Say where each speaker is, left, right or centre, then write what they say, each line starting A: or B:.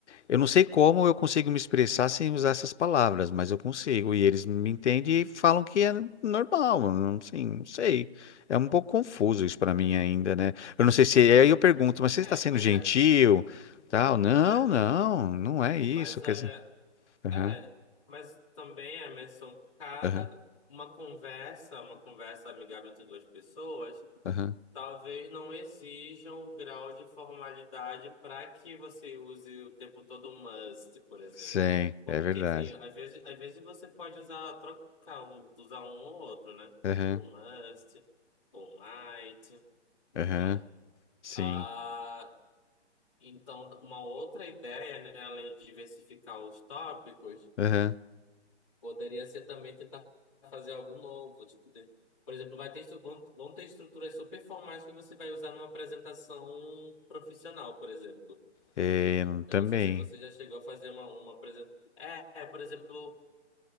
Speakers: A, on the left; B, on the left.
A: Eu não sei como eu consigo me expressar sem usar essas palavras, mas eu consigo. E eles me entendem e falam que é normal. Não, assim, não sei. É um pouco confuso isso pra mim ainda, né? Eu não sei se. Aí eu pergunto, mas você
B: É,
A: está sendo
B: mas
A: gentil?
B: é,
A: Tal? Não,
B: <laughs>
A: não, não é isso.
B: mas
A: Quer
B: é,
A: dizer. Aham,
B: é, mas também, Emerson, cada
A: aham,
B: uma conversa, uma conversa amigável entre duas pessoas.
A: aham.
B: talvez não exijam o grau de formalidade para que você use o tempo todo o must, por exemplo.
A: Sim,
B: Porque,
A: é verdade.
B: enfim, às vezes, às vezes você pode usar, trocar, um- usar um ou outro, né?
A: Aham,
B: O must, o might,
A: aham,
B: né?
A: sim.
B: Ah, então, uma outra ideia, né, além de diversificar os tópicos,
A: Aham,
B: Poderia ser também tentar fazer algo novo, tipo, te- por exemplo, vai ter, estru- vão vão ter estruturas super formais que você vai usar numa apresentação profissional, por exemplo.
A: é,
B: Eu
A: também.
B: não sei se você já chegou a fazer uma, uma apresentação. É, é, por exemplo,